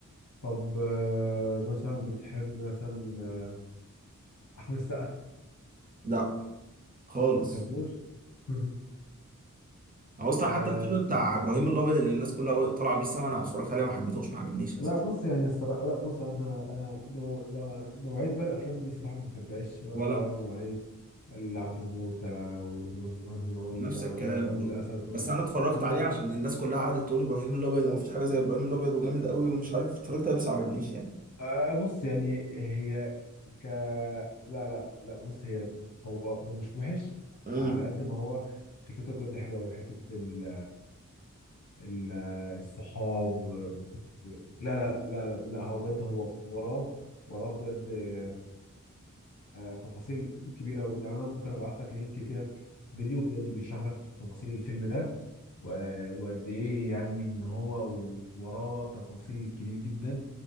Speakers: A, on the left; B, on the right.
A: طب آه، مثلا بتحب مثلا آه، احمد السقا ما
B: لا خالص
A: بتحبوش <laughs>
B: هو اصلا
A: آه
B: حتى الفيلم بتاع ابراهيم الابيض اللي الناس كلها طالعه بيه السما انا اتفرجت عليه ما حبيتهوش ما عجبنيش اساسا
A: لا بص يعني الصراحه لا بص انا انا نوع- نوع- نوعيه بقى الافلام دي الصراحه ما بحبهاش ولا
B: ولا
A: بقى
B: أنا.
A: نوعيه العبد موته وال- وال- وال- وال-
B: نفس الكلام
A: قلب
B: برضه
A: الاسد وال-
B: بس انا اتفرجت
A: محمد
B: عليه عشان الناس كلها قعدت تقول ابراهيم الابيض ومفيش حاجه زي ابراهيم الابيض وجامد قوي ومش عارف اتفرجت عليه بس ما عجبنيش يعني
A: آه بص يعني هي ك لا لا لا بص هي هو هو مش وحش
B: امم
A: على قد ما هو فكرته بجد حلوه قوي حته ال... ال... الصحاب و... لا لا لا لا هو بجد هو وراه وراه بجد آه آه، تفاصيل كبيره أوي. يعني انا ممكن ابعت لك لينك كده فيديو بجد بيشرح لك تفاصيل الفيلم ده و... وقد ايه يعني ان هو وراه تفاصيل كتير جدا